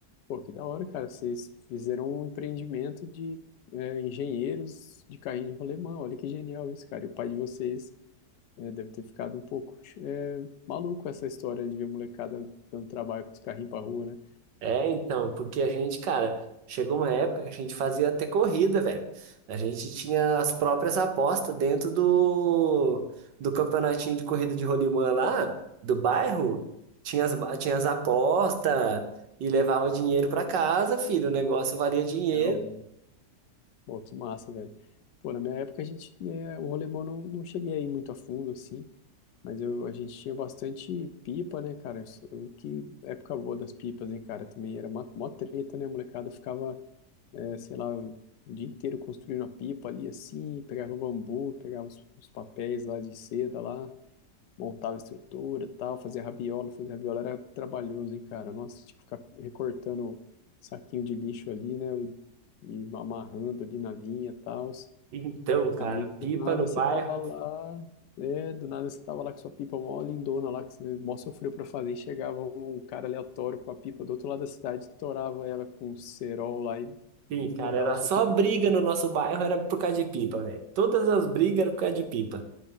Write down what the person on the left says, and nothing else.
Pô, que da hora, cara. Vocês fizeram um empreendimento de é, engenheiros de carrinho de rolemã. Olha que genial isso, cara. E o pai de vocês. É, deve ter ficado um pouco é, maluco essa história de ver a molecada dando trabalho com os carrinhos pra rua, né?
Ah, o- Pô, que massa, velho. Pô, na minha época a gente, né, o rolemão não, não cheguei aí muito a fundo, assim, mas eu, a gente tinha bastante pipa, né, cara? Isso- o que época boa das pipas, hein, cara? Também era mó, mó treta, né? A molecada ficava, é, sei lá, o dia inteiro construindo a pipa ali, assim, pegava bambu, pegava os, os papéis lá de seda lá. montava estrutura, tal, fazia rabiola, fazer rabiola era trabalhoso, hein, cara? Nossa, tinha que ficar recortando saquinho de lixo ali, né, e amarrando ali na linha, tal.
Aí do
nada
você tava lá, é, do nada você tava lá com sua pipa mó lindona lá, que você né, mó sofreu pra fazer, e chegava um cara aleatório com a pipa do outro lado da cidade, torava ela com um cerol lá e,
e mandava
sua
pipa
pro ar.